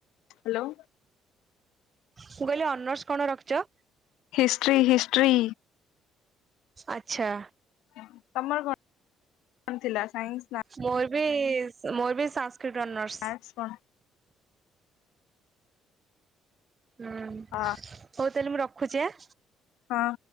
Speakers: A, on the left (about 85°); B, on the right (about 30°).
A: ହାଲୋ।
B: ମୁଁ କହିଲି ଅନର୍ସ କଣ ରଖିଚ?
A: History history.
B: ଆଚ୍ଛା।
A: ହଁ ତମର କଣ କଣ ଥିଲା ସାଇନ୍ସ ନା ଆ
B: ମୋର ବି ସ ମୋର ବି ସାଂସ୍କ୍ରିଟ ଅନର୍ସ।
A: ଆର୍ଟ୍ସ କଣ?
B: ହୁଁ
A: ହଁ
B: ହଉ ତାହାଲେ ମୁଁ ରଖୁଚି ଆଁ?
A: ହଁ।